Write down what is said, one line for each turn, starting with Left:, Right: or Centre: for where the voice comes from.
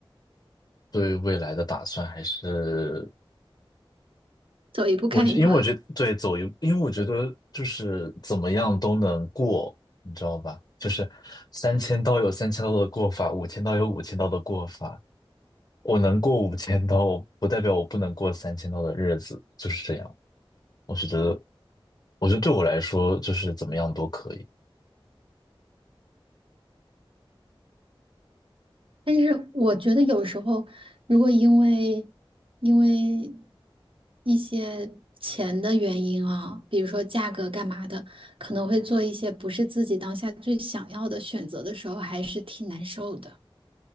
Left: 对未来的打算还是。
Right: 走一步看一步。
Left: 我因为我觉得对走一，
Right: <laughs>
Left: 因为我觉得就是怎么样都能过，你知道吧？就是三千刀有三千刀的过法，五千刀有五千刀的过法。我能过五千刀，我不代表我不能过三千刀的日子，就是这样。我觉得，我觉得对我来说，就是怎么样都可以。
Right: 但是我觉得有时候，如果因为因为一些钱的原因啊，比如说价格干嘛的，可能会做一些不是自己当下最想要的选择的时候，还是挺难受的。